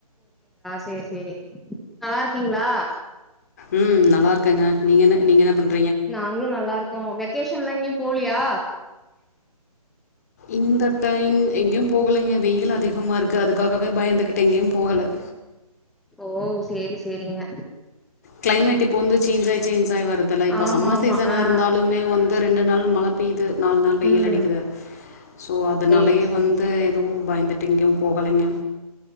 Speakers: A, in the centre; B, on the left.
A: சேர் சேரி நல்லார்க்கீங்ளா
B: ம் நல்லாருக்கேங்க நீங் என் நீங்க என்ன பண்
A: நாங்ளு நல்லாருக் கோ வெக்கேஷன்லா எங்யு போலியா
B: இந்த டைம் எங்யு போகலைங்க வெய்யில் அதிக் மாருக்கு அதுக்காகவே பயந்துக்கிட்டு எங்யு போகல
A: ஓ சேரி சேரிங்க
B: க்ளைமேட் இப்போ வந்து சேஞ் ஆய் சேஞ் ஆய் வரு இப்போ
A: ஆமா
B: சம்மர்
A: ஆமா
B: சீசனா
A: ஆ
B: இருந்தாலுமே வந்து ரெண்டு நாள் மழ பெய்யுது நால் நாள் வெய்யல்
A: ம்
B: அடிக்குது சோ அதனாலயே
A: சேரி சேரி
B: வந்து எதுவு பயந்துட்டு எங்கயு போகலைங்க